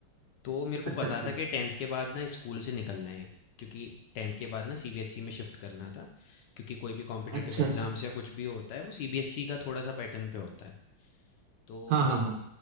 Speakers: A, on the left (about 70°); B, on the right (about 80°).
A: तो मेरे को
B: अच्छा
A: पता
B: अच्छा
A: था कि 10th के बाद ना स्कूल से निकलना है क्योंकि 10th के बाद ना सीबीएसई में शिफ्ट करना था क्योंकि कोई भी कॉम्पिटिटिव
B: अच्छा
A: एग्ज़ाम्स
B: अच्छा
A: या कुछ भी होता है वो सीबीएसई का थोड़ा सा पैटर्न पे होता है। तो
B: हाँ हाँ हाँ